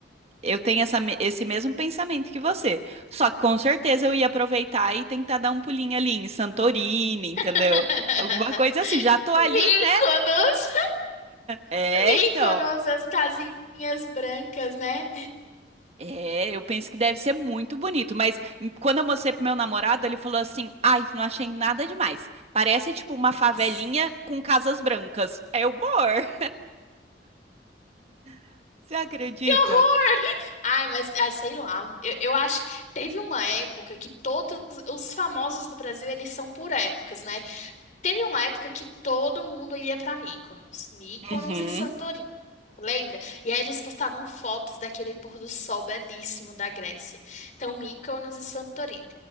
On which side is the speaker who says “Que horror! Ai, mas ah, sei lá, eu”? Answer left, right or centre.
Left